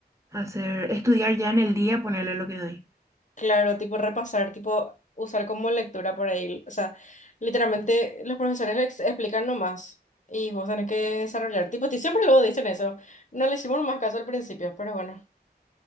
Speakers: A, on the right; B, on the left.
A: hacer, estudiar ya en el día, ponerle lo que doy.
B: Claro, tipo repasar, tipo usar como lectura por ahí. O sea, literalmente los profesores ex- explican nomás y vos tenés que desarrollar. Tipo, ti- siempre luego dicen eso. No le hicimos más caso al principio, pero bueno,